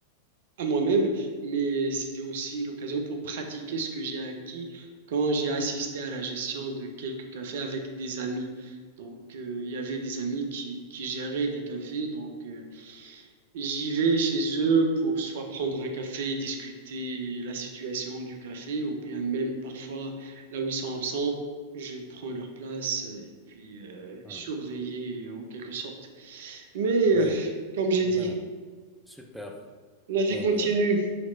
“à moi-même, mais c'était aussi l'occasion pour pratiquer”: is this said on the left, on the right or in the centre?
Right